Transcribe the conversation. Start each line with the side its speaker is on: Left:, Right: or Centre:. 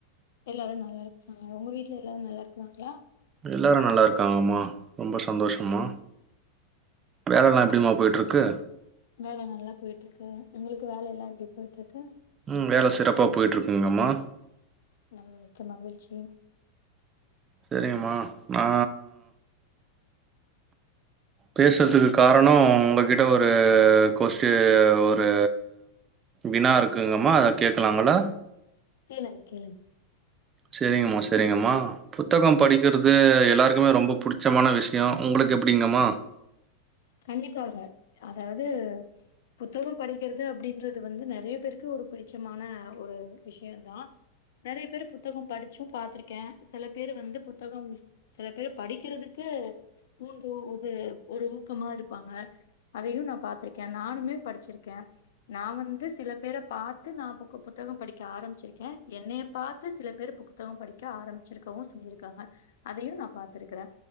Left: எல்லாரு நல்லா இருக்காங்க உங்க வீட்ல எல்லாரு நல்லா இருக்கிறாங்களா
Right: எல்லாரு நல்லா இருக்காங்கம்மா ரொம்ப சந்தோஷம்மா வேலை எல்லா எப்படிம்மா போய்ட்டு இருக்கு
Left: வேலை நல்லா போயிட்டு இருக்கு உங்களுக்கு வேலை எல்லா எப்படி போயிட்டு இருக்கு
Right: உம் வேல சிறப்பா போயிட்டு இருக்குங்கம்மா
Left: நம்ம மிக்க மகிழ்ச்சி
Right: சேரிங்கம்மா நா பேசுறதுக்கு காரணோ உங்கிட்ட ஒரு கொஸ்ட்டி ஒரு வினா இருக்குங்கம்மா அத கேட்கலாங்களா
Left: கேளுங்க கேளுங்க
Right: சேரிங்கம்மா சேரிங்கம்மா புத்தகம் படிக்கிறது எல்லாருக்குமே ரொம்ப பிடிச்சமான விஷியோ உங்களுக்கு அப்பிடிங்கம்மா
Left: கண்டிப்பாக அதாவது புத்தகம் படிக்கிறது அப்படின்றது வந்து நறைய பேருக்கு ஒரு பிடிச்சமான ஒரு விஷியம் தா நறைய பேர் புத்தகம் படிச்சு பாத்திருக்கே சில பேர் வந்து புத்தகம் சில பேரு படிக்கிறதுக்கு ஊன்று இது ஒரு ஊக்கமா இருப்பாங்க அதையு நா பாத்திருக்கே நானுமே படிச்சிருக்கே நா வந்து சில பேரை பாத்து நா புக் புத்தகம் படிக்க ஆரம்பிச்சிருக்கே என்னைய பாத்து சில பேர் புக் புத்தகம் படிக்க ஆரம்பிச்சிருக்கவு செஞ்சிருக்காங்க அதையு நா பாத்திருக்கிறே